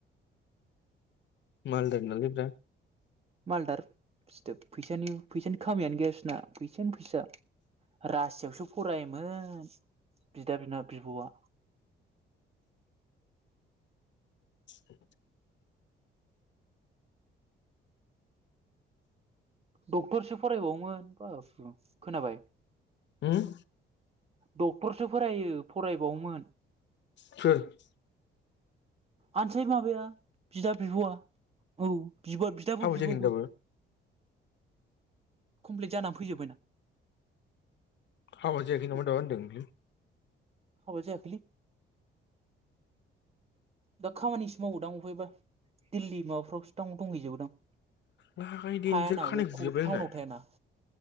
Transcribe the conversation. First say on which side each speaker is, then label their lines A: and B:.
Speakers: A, on the left (about 65°); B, on the right (about 30°).
A: मालदार नालाय ब्रा।
B: मालदार‌ सिथोब फैसानि फैसानि खामियानो गैया बिसोना फैसायानो फैसा। रासियावसो फरायोमोन बिदा बिना बिब'आ।
A: <inaudible>
B: डक्टरसो फरायबावोमोन बाबु खोनाबाय।
A: होम
B: डक्टरसो फोरायो फरायबावोमोन।
A: <unintelligible>
B: आनसाय माबाया बिदा बिब'आ औ बिबा बिदाबो
A: हाबा
B: बिब'वो।
A: जायाखै दाबो
B: कमप्लिट जाना फैजोब्बायना?
A: हाबा जायाैख नामा
B: अ
A: दाबा होनदों।
B: हाबा जायाखैलै। दा खामानिसो मावोदां अबायबा दिल्ली माबाफ्रावसो दां दंहैजोबोदां?
A: लागाय देनजार
B: थायाना
A: खानाय
B: बे
A: गुजोब्बाय
B: टाउनाव
A: आंना
B: थायाना